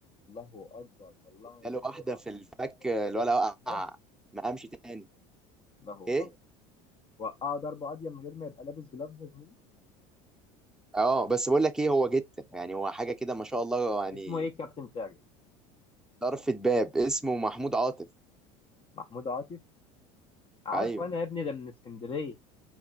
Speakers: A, on the left; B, in the centre.
A: الله اكبر طلعه
B: اداله
A: ضربه
B: واحده في
A: ابيض
B: الفك
A: من غير
B: آه،
A: ما يكون
B: الولا
A: لابس
B: وقع
A: جلافز
B: ما قامش تاني
A: الله
B: ايه
A: اكبر وقعه ضربه ابيض من غير ما يبقى لابس جلافز يا زميلي
B: اه بس بقول لك ايه هو جته يعني هو حاجه كده ما شاء الله يعني
A: اسمه ايه الكابتن بتاعك ده
B: طرفة باب اسمه محمود عاطف
A: محمود عاطف عارفه
B: ايوه
A: انا يا ابني ده من اسكندريه